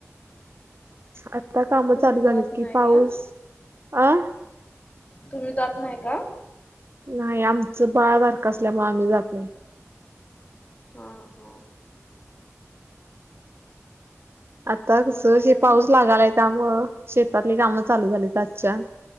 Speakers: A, on the right; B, on the left.
A: आता काम
B: तुम्ही
A: चालू झालेत
B: जात
A: की,
B: नाही
A: पाऊस
B: का?
A: अ
B: तुम्ही जात नाही का?
A: नाही आमचं बाळ बारक असल्यामुळे आम्ही जात नाही.
B: हा, हो,
A: आता कस
B: मग काय
A: हे
B: आणि
A: पाऊस लागालाय त्यामुळे शेतातली काम चालू झालीत. अच्छा!